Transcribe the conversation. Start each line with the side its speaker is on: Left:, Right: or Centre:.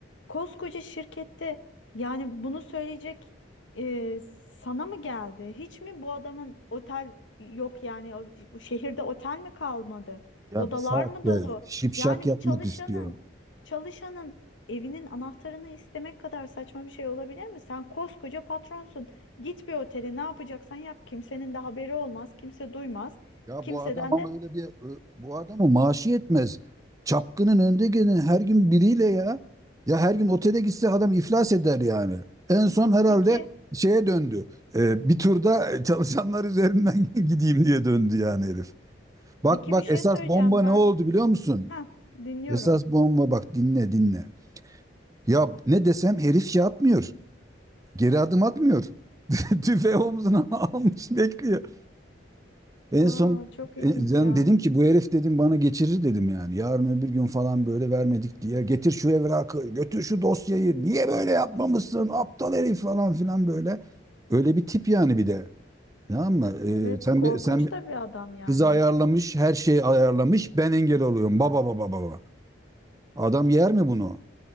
Left: Koskoca şirkette yani bunu söyleyecek e, sana mı geldi? Hiç mi bu adamın otel yok yani o- bu şehirde otel mi kalmadı?
Right: Ya
Left: Odalar
Right: bir saat.
Left: mı
Right: saatte
Left: dolu?
Right: şipşak
Left: Yani
Right: yapmak
Left: bir çalışanın
Right: istiyor.
Left: çalışanın evinin anahtarını istemek kadar saçma bir şey olabilir mi? Sen koskoca patronsun. Git bir otele ne yapacaksan yap. Kimsenin de haberi olmaz. Kimse duymaz.
Right: Ya
Left: Kimseden
Right: bu adam ama
Left: de
Right: öyle bir ö- bu adamı maaşı yetmez. Çapkının önde gelen her gün biriyle ya. Ya her gün otele gitse adam iflas eder yani. En son herhalde
Left: peki
Right: şeye döndü. E, bir turda e, çalışanlar üzerinden <laughs> gideyim diye döndü yani herif. Bak
Left: peki
Right: bak
Left: bir şey
Right: esas
Left: söyleyeceğim
Right: bomba ne
Left: ben.
Right: oldu biliyor musun?
Left: Heh, dinliyorum.
Right: Esas bomba bak dinle dinle. Ya ne desem herif şey atmıyor. Geri adım atmıyor. <laughs> Tüfeği omzuna <laughs> almış bekliyor. En
Left: Aa,
Right: son
Left: çok ilginç
Right: e, ben
Left: ya.
Right: dedim ki bu herif dedim bana geçirir dedim yani. Yarın öbür gün falan böyle vermedik diye. Getir şu evrakı, götür şu dosyayı. Niye böyle yapmamışsın aptal herif falan filan böyle. Öyle bir tip yani bir de. Tamam mı? E,
Left: Evet,
Right: sen
Left: korkunç
Right: be- sen be-
Left: da bir adam yani.
Right: kızı ayarlamış, her şeyi ayarlamış. Ben engel oluyorum. Baba baba baba. Adam yer mi bunu?